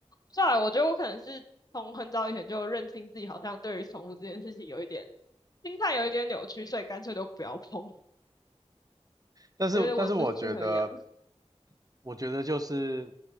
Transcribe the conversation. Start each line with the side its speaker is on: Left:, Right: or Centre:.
Left: 再来，我觉得我可能是从很早以前就认清自己，好像对于宠物这件事情有一点心态有一点扭曲，所以干脆都不要碰，
Right: 但是但是我觉得。
Left: 觉得我不适合养。
Right: 我觉得就是，